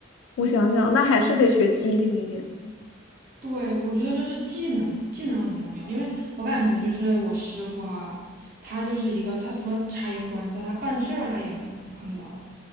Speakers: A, on the left (about 85°); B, on the right (about 45°).
A: 我想想，那还是得学机灵一点
B: 对，我觉得就是技能，技能很重要，因为我感觉就是我师傅哈，他就是一个，他除了察言观色，他办事儿他也很很牢。